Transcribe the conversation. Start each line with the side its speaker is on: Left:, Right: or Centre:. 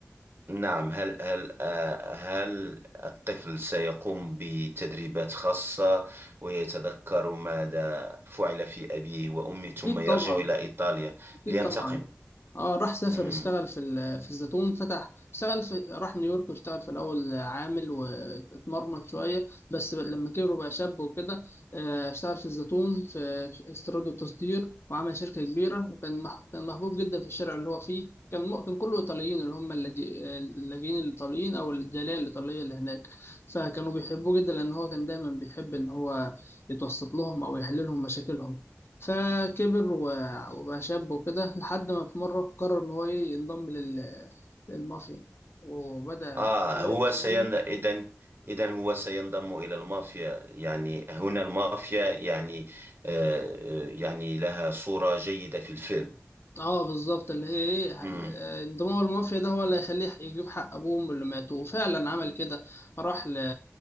Right: نعم هل هل آه، هل الطفل سيقوم بتدريبات خاصة ويتذكر ماذا فعل في أبيه وأمه ثم
Left: اكيد
Right: يرجع
Left: طبعا
Right: إلى إيطاليا
Left: اكيد
Right: لينتقم
Left: طبعا اه راح سافر
Right: مم.
Left: اشتغل في ال- في الزيتون فتح اشتغل في راح نيويورك واشتغل في الاول عامل واتمرمط شويه بس لما كبر وبقى شاب وكده آه، اشتغل في الزيتون في استيراد وتصدير وعمل شركه كبيره وكان مح- كان محبوب جدا في الشارع اللي هو فيه كان م- كان كله ايطاليين اللي هم اللاجئ- اللاجئين الايطاليين او الجاليه الايطاليه اللي هناك فكانوا بيحبوه جدا لان هو كان دايما بيحب ان هو يتوسط لهم او يحل لهم مشاكلهم فكبر وبقى شاب وكده لحد ما في مرة قرر إن هو إيه ينضم لل... للمافيا وبدأ
Right: آه
Left: شوية
Right: هو
Left: بشوية
Right: سين إذن إذن هو سينضم إلى المافيا يعني هنا المافيا يعني آه آه، يعني لها صورة جيدة في الفيلم
Left: اه بالظبط اللي هي ايه آه،
Right: مم.
Left: انضمام المافيا ده هو اللي هيخليه يجيب حق ابوهم اللي ماتوا وفعلا عمل كده راح ل...